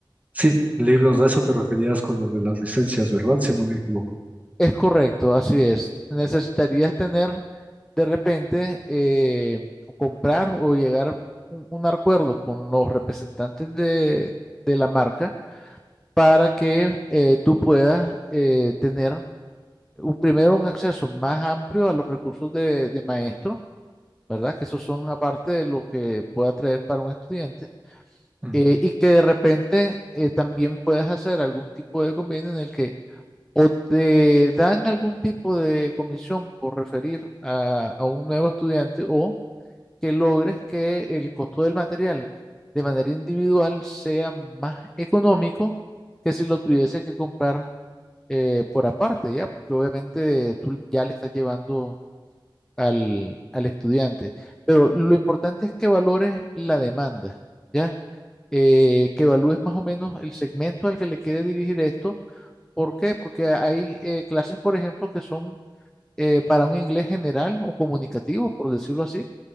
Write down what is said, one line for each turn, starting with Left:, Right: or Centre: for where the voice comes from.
Right: Sí, libros, de eso te referías con lo de las licencias, ¿verdad? Si no me equivoco.
Centre: Es correcto, así es. Necesitarías tener de repente eh, o comprar o llegar a un, un acuerdo con los representantes de, de la marca para que eh, tú puedas eh, tener un- primero un acceso más amplio a los recursos de, de maestro, ¿verdad? Que esos son aparte de lo que pueda traer para un estudiante,
Right: Ujú,
Centre: eh, y que de repente eh, también puedas hacer algún tipo de convenio en el que o te dan algún tipo de comisión por referir a, a un nuevo estudiante o que logres que el costo del material de manera individual sea más económico que si lo tuviese que comprar eh, por aparte, ¿ya? Porque obviamente tú ya le estás llevando al, al estudiante. Pero lo importante es que valores la demanda, ¿ya? Eh, que evalúes más o menos el segmento al que le quieres dirigir esto. ¿Por qué? Porque hay eh, clases, por ejemplo, que son eh, para un inglés general o comunicativo, por decirlo así,